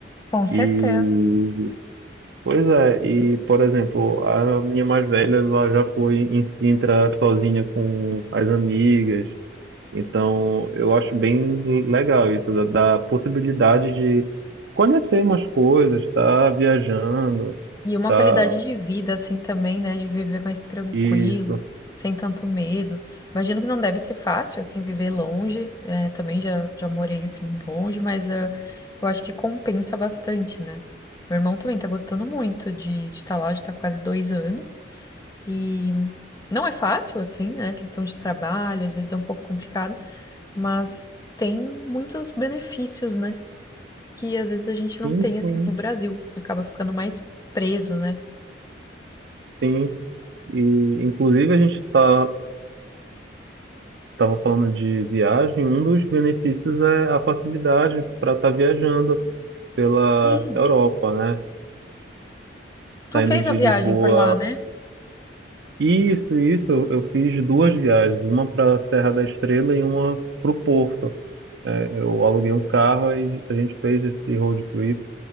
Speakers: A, on the left; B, on the right.
A: com certeza.
B: E, pois é, e por exemplo, a minha mais velha ela já foi em Sintra sozinha com as amigas. Então, eu acho bem legal isso, da, da possibilidade de conhecer umas coisas, estar viajando,
A: E uma
B: tá
A: qualidade de vida, assim, também, né? De viver mais tranquilo,
B: isso,
A: sem tanto medo. Imagino que não deve ser fácil, assim, viver longe. É, também já, já morei, assim, longe, mas ah, eu acho que compensa bastante, né? Meu irmão também tá gostando muito de estar lá, já tá quase dois anos. E não é fácil, assim, né? Questão de trabalho, às vezes é um pouco complicado. mas tem muitos benefícios, né? Que às vezes a gente não
B: sim,
A: tem, assim,
B: sim,
A: no Brasil. Acaba ficando mais preso, né?
B: sim. E, inclusive, a gente está Estava falando de viagem, um dos benefícios é a facilidade para estar viajando pela
A: Sim,
B: Europa, né?
A: Tu
B: Saindo
A: fez
B: de
A: a viagem
B: Lisboa.
A: por lá, né?
B: Isso, isso, eu eu fiz duas viagens, uma para a Serra da Estrela e uma para o Porto. É, eu aluguei um carro e a gente fez esse road trip